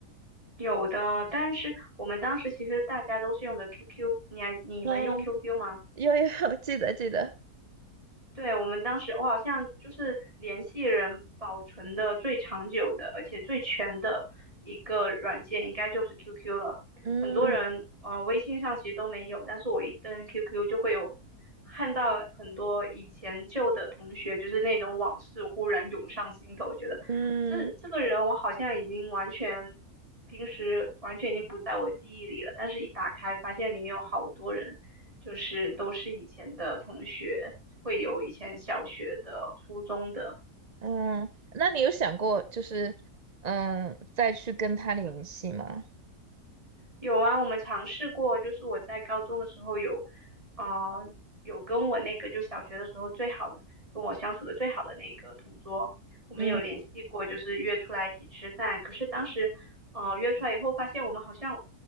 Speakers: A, on the right; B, on the right.
A: 有的，但是我们当时其实大家都是用的 QQ，你还你们用
B: 嗯，
A: QQ 吗？
B: 有有 <laughs> 记得记得，
A: 对，我们当时，我好像就是联系人保存的最长久的，而且最全的一个软件，应该就是 QQ 了。
B: 嗯
A: 很多人，呃，微信上其实都没有，但是我一登 QQ 就会有看到很多以前旧的同学，就是那种往事忽然涌上心头，觉得这这个人我好像已经完全，
B: 嗯
A: 平时完全已经不在我记忆里了，但是一打开发现里面有好多人，就是都是以前的同学。会有以前小学的、初中的。
B: 嗯，那你有想过就是嗯再去跟他联系吗？
A: 有啊，我们尝试过，就是我在高中的时候有，啊、有跟我那个就小学的时候最好跟我相处的最好的那个同桌，我们有联系过，
B: 嗯
A: 就是约出来一起吃饭。可是当时，呃，约出来以后发现我们好像